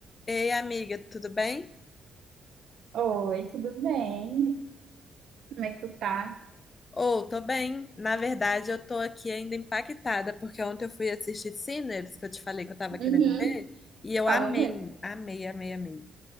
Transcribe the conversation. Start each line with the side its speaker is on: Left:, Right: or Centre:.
Left: Ei, amiga, tudo bem?
Right: Oi, tudo bem? Como é que tu tá?
Left: Ou, tô bem. Na verdade, eu tô aqui ainda impactada, porque ontem eu fui assistir Sinners, que eu te falei que eu tava
Right: Uhum,
Left: querendo ver, e eu
Right: Falou
Left: amei,
Right: mesmo.
Left: amei, amei, amei.